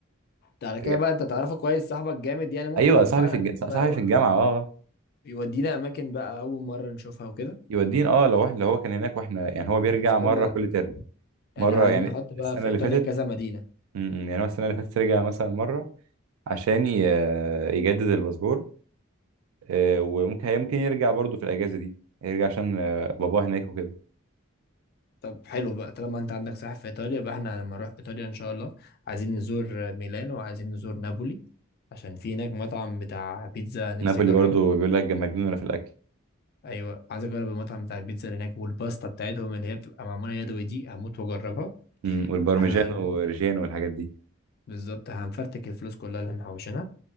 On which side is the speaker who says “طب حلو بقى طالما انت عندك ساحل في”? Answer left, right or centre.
Left